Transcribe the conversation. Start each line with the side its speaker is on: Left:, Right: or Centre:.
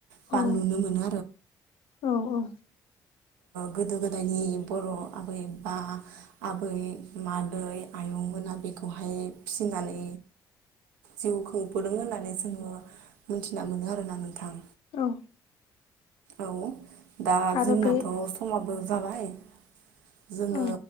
Right: बा
Left: औ
Right: नुनो मोनो
Left: औ औ
Right: गोदो गोदायनि बर' आबै बा आबै मादै आइ मैगंमोना बेखौहाय फिसिनानै जिउ खुंबोदों होननानै जोङो मोनथिना मोनो आरोना नोंथां।
Left: औ।
Right: औ दा
Left: आरो
Right: जोंनाथ'
Left: बे
Right: समाबो जाबाय जोङो
Left: औ